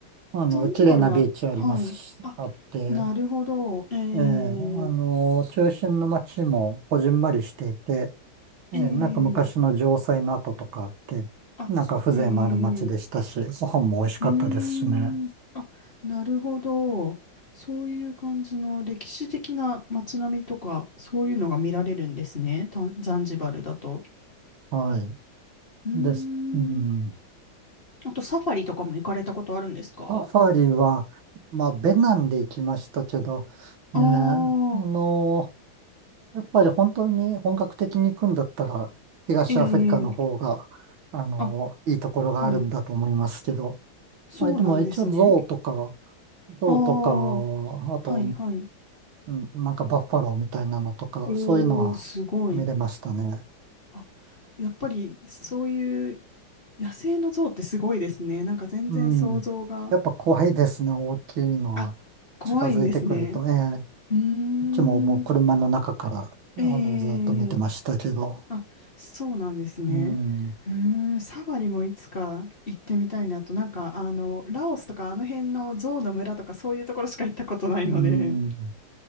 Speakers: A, on the right; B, on the left.
A: あの、
B: ザンジバルは、
A: 綺麗なビーチありますし、
B: はい。あ、
A: あって、
B: なるほど。ええ、
A: ええ、あの、中心の街もこじんまりしていて、
B: ええ
A: ええ、なんか昔の城塞の跡とかあって、
B: あ、
A: なんか風情のある街でしたし、
B: へえ、
A: ご飯も美味しかったですしね。
B: うーん、あ、なるほど。そういう感じの歴史的な街並みとか、そういうのが見られるんですね、タンザンジバルだと。
A: はい。
B: うーん、
A: です。うん。
B: あとサファリとかも行かれたことあるんですか
A: サファリは、まあ、ベナンで行きましたけど、ねあの
B: ああ、
A: やっぱり本当に本格的に行くんだったら、東アフリカの方が、
B: ええ
A: あの、
B: あ、
A: いいところがあるんだと思いますけど。
B: はい。そうなんですね。
A: まあ、でも一応ゾウとか、ゾウとか、
B: ああ、
A: あと、
B: はいはい。
A: うん、なんかバッファローみたいなのとか、
B: おー、
A: そういうのは見れましたね。
B: すごい。あやっぱりそういう野生の象ってすごいですね。なんか全然想像が。
A: うん。やっぱ怖いですね、大きいのは。
B: あ、怖いんですね。
A: 近づいてくると、ええ
B: うーん。
A: こっちももう車の中から、あの、
B: え
A: ずっと見てましたけど。
B: えあ、そうなんですね。
A: うん。
B: うーん、サファリもいつか行ってみたいなと。なんか、あの、ラオスとかあの辺の象の村とかそういうところしか行ったことないので、
A: うん。